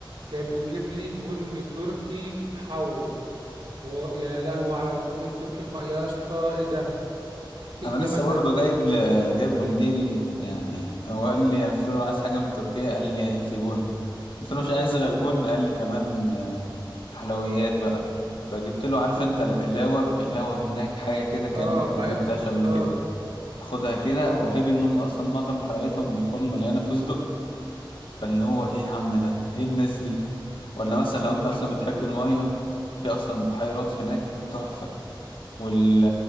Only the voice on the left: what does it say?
انا
لسه برضه
جايب ل... جايب له مديري يعني هو قال لي قلت له عايز حاجه من تركيا قال لي هات لي بن قلت له مش عايز غير بن قال لي كمان آه، حلويات بقى فجبت له عارف انت البقلاوه البقلاوه هناك حاجه كده كانك
ما اكلتهاش قبل
كده تاخدها كده وغير ان هم اصلا معظم حلوياتهم بتكون مليانه فستق فاللي هو ايه يا عم ده ايه الناس دي ولا مثلا
لو انت
مثلا بتحب
الميه في اصلا بحيرات هناك تحفه وال...